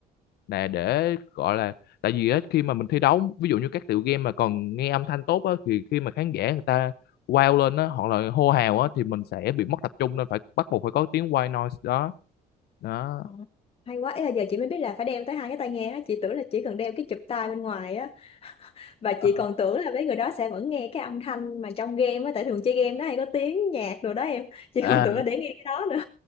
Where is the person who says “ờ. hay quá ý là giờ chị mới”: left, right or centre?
Left